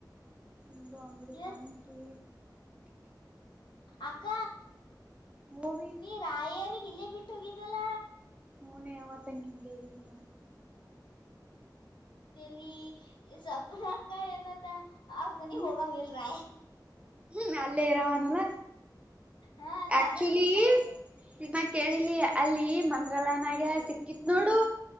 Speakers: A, on the right (about 15°); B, on the left (about 85°).
A: ಒಂದು ಅಂಗಡಿ
B: ಇವತ್
A: ತಾನ ಸ
B: ಅಕ್ಕ
A: ಮೂವಿ
B: ನೀ ರಾಯರಿಗ ಇಲ್ಲೇ ಬಿಟ್ಟು ಹೋಗಿದಲ್ಲ.
A: ಮೂನೇ ಅವದಂಗಿಂಗ ಇದರ್ ನ
B: ಚಲಿ ಸ್ಪ್ನಕ್ಕ ಏನತ್ತ ಅವ ಮನಿಗ್
A: ಹ್ಮ್
B: ಹೋಗ ಮಲ್ರಾಯ
A: ಹ್ಮ್ ಅಲ್ಲೇ ಇರಾಮಾನಲ್ಲ
B: ಹಾ ನಾ
A: ಆಕ್ಚುಲಿ
B: ಅದೇ ನೀನ್
A: ತಿಮ್ಮ ಕೇಳಿಲಿ ಅಲ್ಲಿ ಮಂತ್ರಾಲಯನಾಗ ಸಿಕ್ಕಿತ್ ನೋಡು